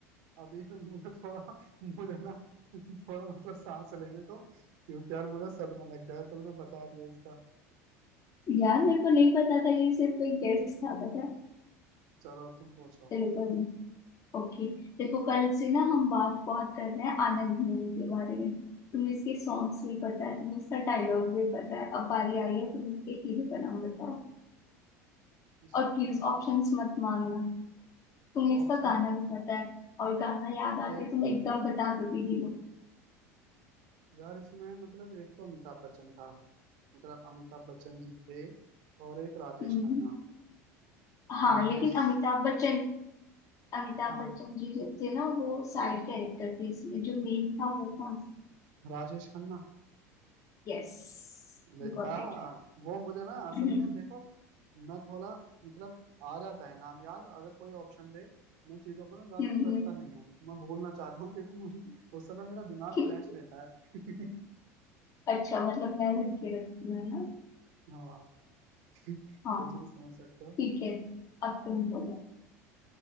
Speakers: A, on the right (about 65°); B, on the left (about 40°).
A: अभी <laughs> मुझे थोड़ा मुझे ना <laughs> थोड़ा मतलब सांस लेने दो क्योंकि यार मुझे सदमा लग गया है तुमने बता दिया इसका
B: यार मेरे को नहीं पता था ये सिर्फ एक गेस्ट था पता है
A: चलो तुम पूछो
B: चलो कोई नहीं ओके देखो कल से ना हम बात बहुत कर रहे हैं आनंद मूवी के बारे में तुम्हें इसके सॉन्ग्स भी पता है तुम्हें इसका डायलॉग भी पता है अब बारी आई है तुम इसके हीरो का नाम बताओ
A: इसका
B: और प्लीज ऑप्शंस मत मांगना तुम्हें
A: ऑप्शन
B: इसका गाना भी पता है और गाना याद
A: ए
B: आते तुम एकदम बता दोगे हीरो
A: यार इसमें मतलब एक तो अमिताभ बच्चन था मतलब अमिताभ बच्चन जी थे और एक राजेश
B: हम्म
A: खन्ना
B: हाँ
A: राजेश
B: लेकिन अमिताभ बच्चन अमिताभ
A: हाँ
B: बच्चन जी जो थे ना वो साइड कैरेक्टर थे इसमें जो मेन था वो कौन था
A: राजेश खन्ना
B: Yes
A: देखा
B: You got it
A: वो मुझे ना असल
B: Hmm
A: में देखो मैं थोड़ा मतलब आ जाता है नाम याद अगर कोई ऑप्शन दे मैं चीजों को ना ज्यादातर
B: Hmm.
A: रटता नहीं हूँ मैं भूलना चाहता हूँ कि तुम <laughs> उस समय मेरा दिमाग
B: Hmm.
A: फ्रेश रहता है <laughs>
B: अच्छा मतलब मैं लड़के रखती हूँ है ना
A: हाँ कुछ
B: हाँ
A: भी समझ सकते हो
B: ठीक है अब तुम बोलो